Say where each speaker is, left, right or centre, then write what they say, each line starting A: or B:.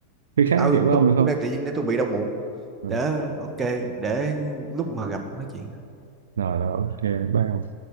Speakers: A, on the right; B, on the right.
A: khi khác
B: ờ,
A: nói chuyện với
B: tôi
A: ông được
B: cũng
A: không
B: đang tự nhiên để tôi bị đau bụng
A: ừ.
B: để ok để lúc mà gặp nói chuyện
A: rồi rồi ok bye ông